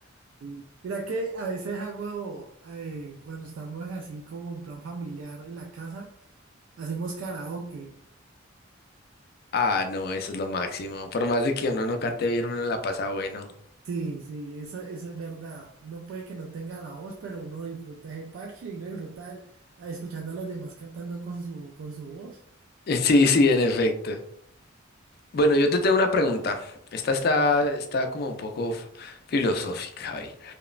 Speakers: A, on the right; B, on the left.
A: Sí. Mira que a veces hago, eh, cuando estamos así como en plan familiar en la casa, hacemos karaoke
B: Ah, no, eso es lo máximo. Por más de que uno no cante bien, uno la pasa bueno.
A: Sí, sí, eso, eso es verdad. Uno puede que no tenga la voz, pero uno disfruta ese parche y uno disfruta el- a- escuchando a los demás cantando con su, con su voz.
B: <laughs> Sí, sí, en efecto. Bueno, yo te tengo una pregunta. Esta está,
A: Vale.
B: está como un poco f- filosófica, Javier.